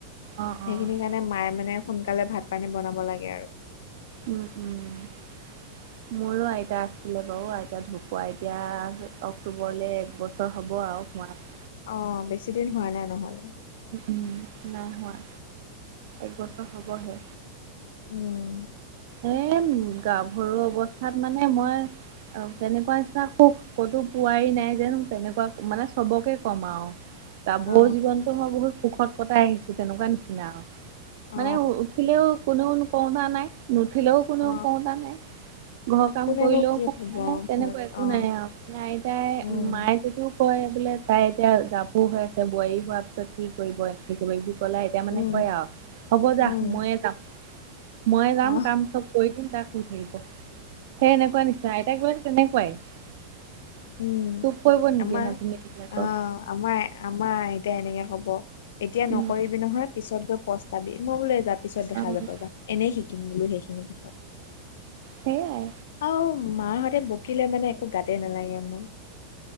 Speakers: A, on the right; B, on the left.
A: অ',
B: সেইখিনি
A: অ',
B: কাৰণে মায়ে মানে সোনকালে ভাত পানী বনাব লাগে আৰু
A: উম উম। মোৰো আইতা আছিলে বাৰু, আইতা ঢুকুৱা এতিয়া অক্টোবৰলৈ এক বছৰ হ'ব আৰু হোৱাত।
B: অ বেছি দিন হোৱা নাই নহলে,
A: উম নাই হোৱা, একবছৰ হ'বহে।
B: উম।
A: এ গাভৰুৱা অৱস্থাত মানে, মই কেনেকুৱা ইচ্ছা সুখ ক'তো পোৱাই নাই যেন তেনেকুৱা মানে চবকে কম আৰু। গাভৰু
B: অ
A: জীৱনতো মই বহুত সুখত কটাই আহিছো, তেনেকুৱা নিচিনা আৰু।
B: অ
A: মানে উঠিলেও কোনেও কওঁতা নাই নুঠিলেও কোনেও
B: অ
A: কওঁতা নাই। ঘৰৰ কাম
B: কোনেনো
A: কৰিলেও
B: কি কব
A: নাই তেনেকুৱা
B: ঘৰত
A: একো
B: অ
A: নাই আৰু। নাই তাই
B: উম
A: মায়ে যদিও কয় বোলে তাই এতিয়া গাভৰু হৈ আছে, বোৱাৰী হোৱাৰ পিছত কি কৰিব <unintelligible> এতিয়া মানে
B: উম
A: কয় আৰু হ'ব যা
B: উম
A: ময়ে যাম। ময়ে যাম।
B: অ
A: কৈ দিম তাক শুই থাকিব, সেই এনেকুৱা নিচিনা আইতাকবিলাক তেনেকুৱাই। <unintelligible>
B: উম
A: পৰিব নিদিয়ে
B: আমাৰ
A: নাতিনীয়েক বিলাকক।
B: অ আমাৰ আমাৰ আইতাই এনেকে কব এতিয়া
A: উম
B: নকৰিবি নহয় পিছত গৈ পস্তাবি মই বোলো পিছত দেখা
A: অ'
B: যাব যা এনেই শিকিম বোলো সেইখিনি
A: সেইয়াই
B: আও মাহঁতে বকিলে মানে একো গাতে নালাগে মোৰ